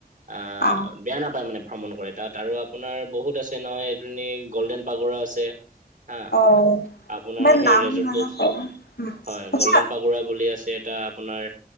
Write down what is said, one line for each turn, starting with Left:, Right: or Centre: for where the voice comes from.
Right: আহ
Left: অ
Right: বেয়া নাপায় মানে ভ্ৰমণ কৰে তাত আৰু আপোনাৰ বহুত আছে নহয় এইটো গ'ল্ডেন পাগৰা আছে হা
Left: অ
Right: আপোনাৰ
Left: মই
Right: সেই
Left: নাম
Right: ৰেজৰ্টবোৰ
Left: শুনা নাই বাৰু উম
Right: হয়
Left: আচ্ছা
Right: গল্ডেন পাগুৰা বুলি আছে এটা আপোনাৰ